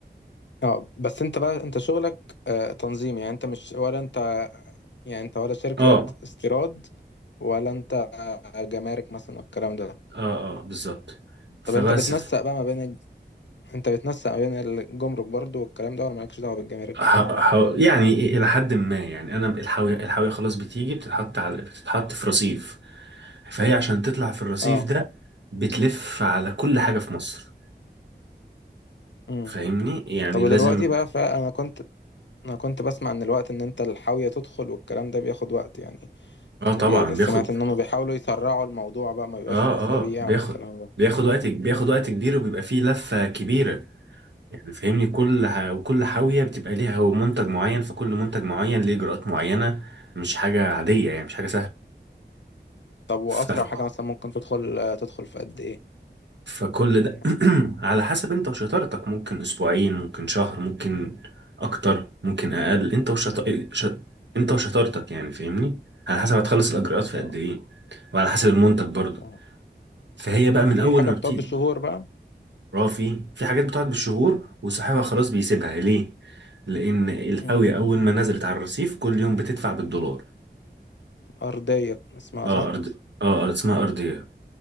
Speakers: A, on the left (about 85°); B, on the right (about 80°).
A: اه بس انت بقى انت شغلك آه، تنظيم يعني انت مش ولا انت يعني انت ولا شركه
B: اه
A: استيراد ولا انت جمارك مثلا والكلام ده
B: اه اه بالظبط فبس
A: طب انت بتنسق
B: ف...
A: بقى ما بين انت بتنسق بين الجمرك برضو والكلام ده ولا مالكش دعوه بالجمارك
B: ح... ح... يعني إيه الى حد ما يعني انا الحاويه الحاويه خلاص بتيجي بتتحط على بتتحط في رصيف فهي عشان تطلع في الرصيف
A: اه
B: ده بتلف على كل حاجه في مصر
A: امم
B: فاهمني يعني
A: طب ودلوقتي
B: لازم
A: بقى فانا كنت انا كنت بسمع ان الوقت ان انت الحاويه تدخل والكلام ده بياخد وقت يعني
B: اه طبعا
A: بي... سمعت
B: بياخد
A: ان هم بيحاولوا يسرعوا الموضوع بقى ما بيبقاش
B: اه
A: اسابيع
B: اه بياخد
A: والكلام ده
B: بياخد وقت بياخد وقت كبير وبيبقى فيه لفه كبيره يعني فاهمني كل ح... وكل حاويه بتبقى ليها هو منتج معين فكل منتج معين ليه اجراءات معينه مش حاجه عاديه يعني مش حاجه
A: طب واسرع
B: سهله
A: حاجه مثلا ممكن تدخل آه، تدخل في قد ايه
B: فكل ده
A: يعني
B: <clears throat> على حسب انت وشطارتك ممكن اسبوعين ممكن شهر ممكن اكتر ممكن اقل انت وشط... ش... انت وشطارتك يعني فاهمني على حسب هتخلص الاجراءات في قد
A: اه
B: ايه وعلى حسب المنتج برضو
A: فاهم
B: فهي بقى
A: وفي
B: من اول
A: حاجه
B: ما
A: بتقعد
B: بتيجي
A: بالشهور بقى
B: رافي في حاجات بتقعد بالشهور وصاحبها خلاص بيسيبها ليه لان القوية
A: امم
B: اول ما نزلت على الرصيف كل يوم بتدفع بالدولار
A: ارضيه اسمها
B: اه
A: صح
B: ارض اه اسمها ارضية